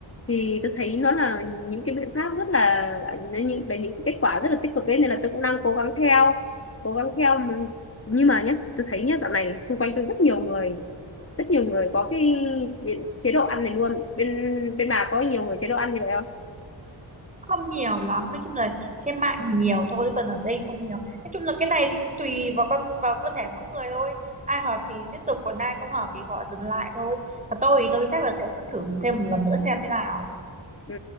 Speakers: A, on the left; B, on the right.
A: thì tôi thấy nó là những cái biện pháp rất là là những là những cái kết quả rất là tích cực ấy nên là tôi cũng đang cố gắng theo cố gắng theo nhưng mà nhé tôi thấy nhé dạo này xung quanh tôi rất nhiều người rất nhiều người có cái biện- chế độ ăn này luôn bên bên bà có nhiều người chế độ ăn như vậy không
B: không nhiều lắm nói chung là trên mạng thì nhiều thôi còn ở đây không nhiều nói chung là cái này thì cũng tùy vào con vào cơ thể mỗi người thôi ai hợp thì tiếp tục còn ai không hợp thì họ dừng lại thôi còn tôi thì tôi chắc là sẽ vẫn thử thêm một lần nữa xem thế nào
A: ừ.